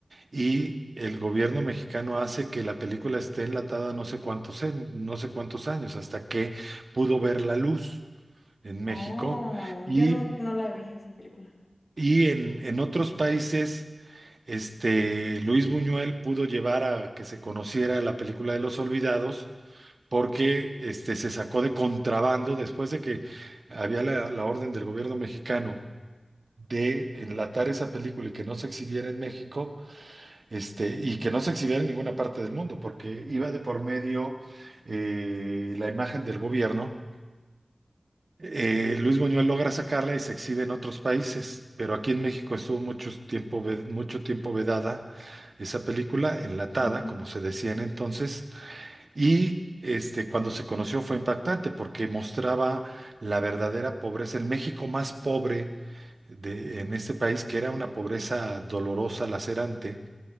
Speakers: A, on the right (about 60°); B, on the left (about 55°).
A: y el gobierno mexicano hace que la película esté enlatada no sé cuántos, en- no sé cuántos años, hasta que pudo ver la luz en
B: Oh,
A: México y,
B: yo no, no la vi esa película.
A: y en, en otros países. Este, Luis Buñuel pudo llevar a que se conociera la película de Los Olvidados porque este, se sacó de contrabando después de que había la, la orden del gobierno mexicano de enlatar esa película y que no se exhibiera en México este, y que no se exhibiera en ninguna parte del mundo, porque iba de por medio eh, la imagen del gobierno. Eh, Luis Buñuel logra sacarla y se exhibe en otros países, pero aquí en México estuvo mucho tiempo, ve- mucho tiempo vedada esa película, enlatada,
B: Ujú.
A: como se decía en entonces, y este, cuando se conoció fue impactante porque mostraba la verdadera pobreza, el México más pobre de, en este país, que era una pobreza dolorosa, lacerante